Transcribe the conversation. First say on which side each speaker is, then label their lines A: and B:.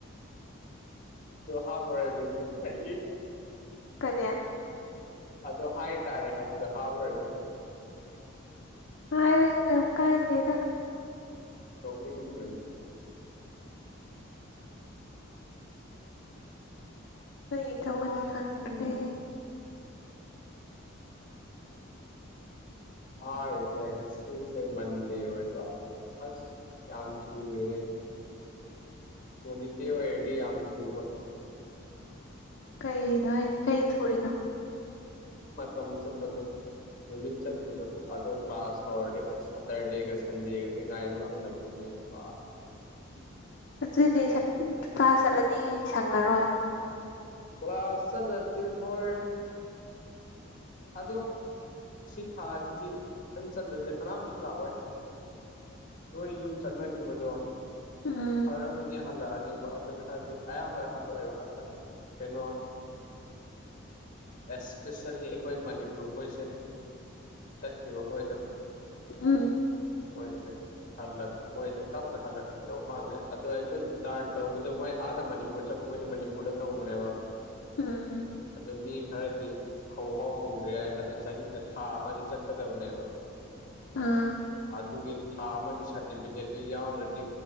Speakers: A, on the left; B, on the left.
A: ꯍꯥ ꯐꯔꯁꯤꯦ
B: ꯀꯔꯤꯌꯥ
A: ꯑꯗꯨ ꯍꯥꯏ ꯇꯔꯦ ꯍꯥꯏꯕꯗꯣ ꯍꯥꯎꯔꯣꯏꯕ ꯑꯗꯨ
B: ꯑꯔꯣꯖꯒꯝ ꯀꯥꯏꯗꯦꯗ
A: ꯗꯣꯃꯤꯁꯅꯤ
B: ꯀꯩ ꯇꯧꯒꯅꯤ
A: ꯑꯥꯏ
B: ꯈꯛꯇ꯭ꯔꯦ
A: ꯑꯁꯦ ꯉꯁꯤꯟꯁꯦ ꯃꯟꯦ ꯑꯣꯏꯜ ꯋꯥ ꯑꯁ ꯌꯥꯝꯝ ꯆꯨꯅꯦ ꯑꯣꯅꯤꯇ ꯍꯥꯏꯦꯗꯤ ꯌꯥꯝ ꯆꯨꯕ
B: ꯀꯩꯅꯣ ꯍꯥꯏꯁꯦ ꯀꯩ ꯊꯨꯔꯤꯅꯣ
A: ꯃ ꯃꯇꯝꯝ ꯆ ꯀꯗꯨꯣ ꯅꯨꯃꯤꯠ ꯆꯠꯄꯗꯣ ꯑꯣ ꯀ꯭ꯂꯥꯁ ꯍꯧꯔꯗꯤ ꯑꯁ ꯁꯇꯔꯗꯦꯒ ꯁꯟꯗꯦꯒꯁ ꯉꯥꯏꯕ ꯉꯝꯗꯕꯅꯤꯅꯦ ꯋꯥ <inaudible>
B: ꯑꯗꯨꯏꯗꯤ ꯀ꯭ꯂꯥꯁ ꯆꯠꯂꯗꯤ ꯁꯪꯉꯔꯣꯏ
A: ꯑ ꯆꯂꯗꯤ ꯍꯣꯏ ꯑꯗꯣ ꯁꯤ ꯊꯥꯁꯤꯗꯤ ꯅ ꯆꯠꯂꯣꯏꯗ ꯀꯅꯥꯝꯨ ꯂꯥꯛꯑꯣꯏ ꯅꯣꯏ ꯌꯨꯝ ꯆꯠꯅꯈꯤꯕꯗꯣ
B: ꯎꯝ
A: ꯈꯔꯕꯨꯗꯤ ꯍꯜꯂꯛꯑꯅꯤ ꯕ ꯑꯗꯨ ꯈꯔꯗꯤ ꯑꯌꯥꯝꯕ ꯍꯜꯂꯛꯑꯦꯕ ꯑꯗꯨ ꯀꯩꯅꯣ ꯑꯦꯁꯄꯦꯁ ꯑꯩꯈꯣꯏ ꯃꯅꯤꯄꯨꯔꯈꯣꯏꯁꯦ ꯆꯠꯈꯤꯕꯈꯣꯏꯗꯣ
B: ꯑꯝ <unintelligible> <inaudible>
A: ꯍꯣꯏꯁꯦ ꯍꯜꯂꯛ ꯃꯣꯏꯗ ꯇꯞꯅ ꯍꯜꯂꯛ ꯇꯧ ꯃꯥꯜꯂꯦ ꯑꯗꯣ ꯑꯩꯈꯣꯏ ꯏꯟꯇꯟ ꯇꯧꯕꯗꯣ ꯃꯣꯏ ꯑꯥꯗ ꯃꯅꯤꯄꯨꯔ ꯆꯠ ꯑꯩꯈꯣꯏꯗꯤ ꯃꯅꯤꯄꯨꯔꯗ ꯇꯧꯕꯅꯦꯕ
B: ꯎꯝ <inaudible>
A: ꯑꯗꯨ ꯃꯤ ꯈꯔꯗꯤ ꯍꯧꯐꯥꯎ ꯍꯧꯗ꯭ꯔꯦ ꯌꯥꯏ ꯑꯗꯨ ꯆꯍꯤꯅ ꯊ꯭ꯔꯥ ꯑꯃꯗꯤ ꯆꯠꯀꯗꯕꯅꯦꯕ
B: ꯑꯥ
A: ꯑ ꯑꯗꯨꯕ ꯊꯥ ꯑꯃꯒꯤ ꯁꯥꯔꯇꯤꯐꯤꯀꯦꯠꯇꯨ ꯌꯥꯎꯗ꯭ꯔꯗꯤ